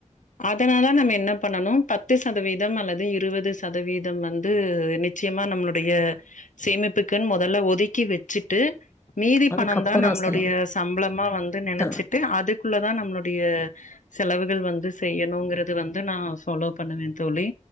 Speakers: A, on the left; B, on the left.
A: அதனால நம்ம என்ன பண்ணனு பத்து சதவீதம் அல்லது இருவது சதவீதம் வந்து நெ நிச்சயமா நம்மளுடைய சேமிப்புக்குன் மொதல்ல ஒதுக்கி வச்சுட்டு மீதி
B: அதுக்கப்புறம்
A: பணந்தா நம்மளுடைய
B: செலவு.
A: சம்பளமா வந்து நெனச்சிட்டு
B: செலவு
A: அதுக்குள்ளதா நம்மளுடைய செலவுகள் வந்து செய்யணுங்கிறது வந்து நா ஃபாலோ பண்ணுவே தோழி